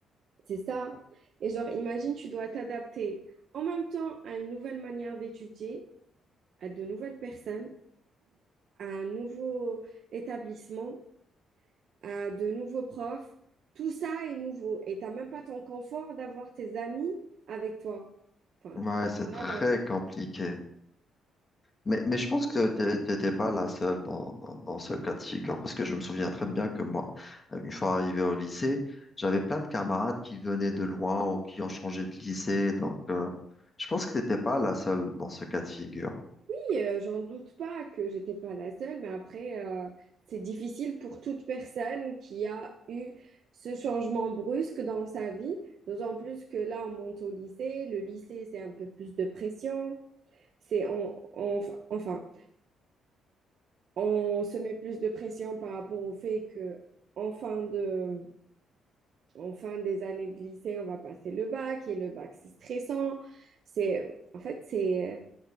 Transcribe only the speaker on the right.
c'est ça. Et genre, imagine, tu dois t'adapter en même temps à une nouvelle manière d'étudier, à de nouvelles personnes, à un nouveau établissement. à de nouveaux profs. Tout ça est nouveau et t'as même pas ton confort d'avoir tes amis avec toi. Enfin,
tes
camarades
avec
toi.
Oui, euh, j'en doute pas que j'étais pas la seule, mais après, euh, c'est difficile pour toute personne qui a eu ce changement brusque dans sa vie, d'autant plus que là, on monte au lycée. Le lycée, c'est un peu plus de pression. C'est on, on- enfin, on se met plus de pression par rapport au fait que en fin de en fin des années de lycée, on va passer le bac, et le bac, c'est stressant. C'est, en fait, c'est euh,